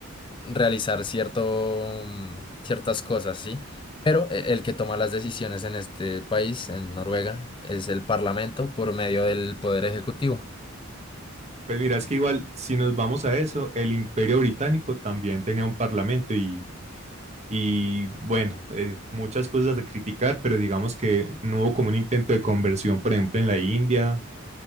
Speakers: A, on the left; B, on the right.
A: realizar cierto, mm, ciertas cosas, ¿sí? Pero e- el que toma las decisiones en este país, en Noruega, es el Parlamento por medio del Poder Ejecutivo.
B: Pues mira, es que igual, si nos vamos a eso, el Imperio Británico también tenía un parlamento y Y bueno, eh, muchas cosas a criticar, pero digamos que no hubo como un intento de conversión, por ejemplo, en la India.